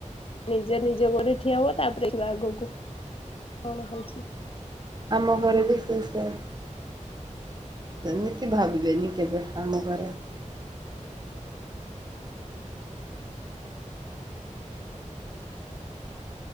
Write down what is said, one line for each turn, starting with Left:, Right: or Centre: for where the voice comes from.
Left: ନିଜ ନିଜ ଗୋଡ଼ରେ ଠିଆ ହୁଅ ତା ପରେ ଦେଖିବା ଆଗକୁ କଣ ହଉଛି?
Right: ଆମ ଘରେ ବେଶ <unintelligible> ଶା ସେମିତି ଭାବିବେନି କେବେ ଆମ ଘରେ।